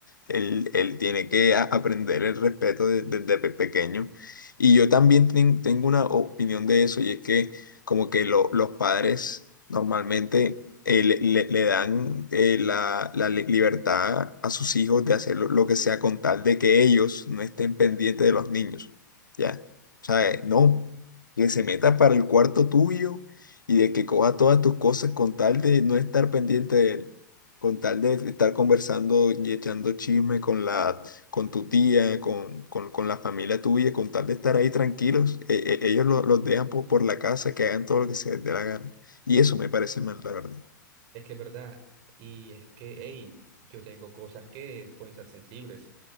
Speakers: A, on the left (about 75°); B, on the right (about 40°).
A: Él, él tiene que a- aprender el respeto desde desde pe- pequeño Y yo también ten- tengo una opinión de eso, y es que como que lo- los padres normalmente eh, le, le- le dan eh, la, la li- libertad a sus hijos de hacer lo, lo que sea con tal de que ellos no estén pendientes de los niños, ¿ya? O sea, eh, no, que se meta para el cuarto tuyo y de que coja todas tus cosas con tal de no estar pendiente de él, con tal de estar conversando y echando chisme con la con tu tía, con, con, con la familia tuya, con tal de estar ahí tranquilos, e- e- ellos lo- los dejan po- por, la casa, que hagan todo lo que se les dé la gana. Y eso me parece mal, la verdad.
B: Es que es verdad, y es que, hey, yo tengo cosas que pueden ser sensibles.